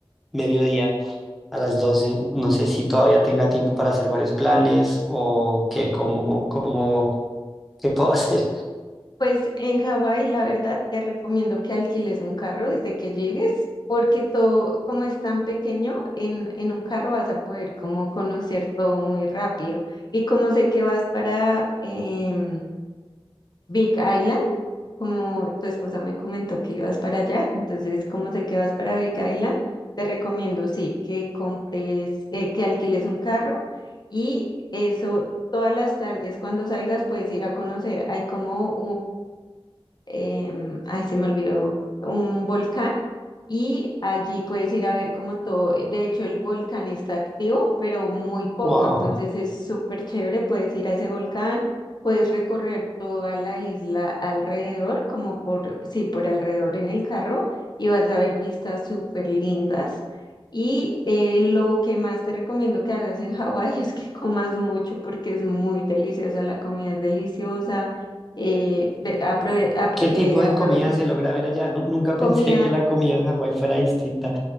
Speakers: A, in the centre; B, on the left.
A: mediodía, a las 12, no sé si todavía tenga tiempo para hacer varios planes o qué, cómo, cómo, qué puedo <laughs> hacer.
B: Pues en Hawái, la verdad, te recomiendo que alquiles un carro desde que llegues, porque todo, como es tan pequeño, en, en un carro vas a poder como conocer todo muy rápido. Y como sé que vas para em, Big Island, como tu esposa me comentó que ibas para allá, entonces como sé que vas para Big Island, te recomiendo, sí, que compres, eh, que alquiles un carro y eso, todas las tardes cuando salgas puedes ir a conocer, hay como em, ay, se me olvidó, un volcán y allí puedes ir a ver como todo, de hecho el volcán está activo, pero muy poco,
A: Wow.
B: entonces es súper chévere, puedes ir a ese volcán, puedes recorrer toda la isla alrededor, como por, sí, por alrededor en el carro y vas a ver vistas súper lindas. Y eh, lo que más te recomiendo que hagas en Hawái <laughs> es que comas mucho porque es muy deliciosa, la comida es deliciosa eh, ve- aprove- apro-
A: ¿Qué tipo
B: eh,
A: de
B: aprovechen
A: comida se logra ver allá? Nu- nunca
B: comida,
A: pensé que la comida en Hawái fuera distinta.